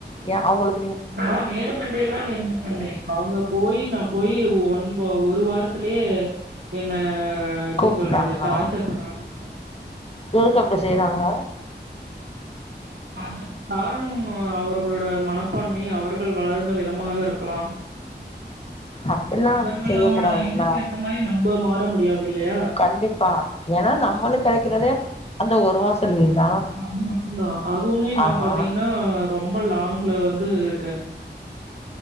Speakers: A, on the left (about 35°); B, on the right (about 75°).
A: ஏ அவுங்களு
B: நா வேணும்மென்றேதான் இருந்துட்டு வந்தே அவுங்க போயி நா போயி ஒன் வ ஒரு வாரத் திலயே என்ன எப்டி
A: கூப்ட்டாங்களா
B: சொல்றது டார்ச்சர் பண்ண ஆரம்பிச்ட்டாங்க
A: எதுக்கு அப்டி செய்றாங்க
B: அதற் காரணம் அவர்களோட மனப்பான்மை அவர்கள் வளர்ந்த விதமாக இருக்கலாம்
A: அப்டிலா
B: அவர்களோட
A: வந்து செய்ய கூடாதுல்ல
B: இதுக்கு ஏத்த மாரி நம்ப மா த முடியாது இல்லையா
A: கண்டிப்பா ஏனா நம்மளுக் கெடைக்கிறதே அந்த ஒரு மாச லீவ் தா
B: அது மட்டுந்தா அதுவுமே நா
A: ஆமா
B: பாத்தீங்னா ரொம்ப லாங்ல வந்து இருக்கே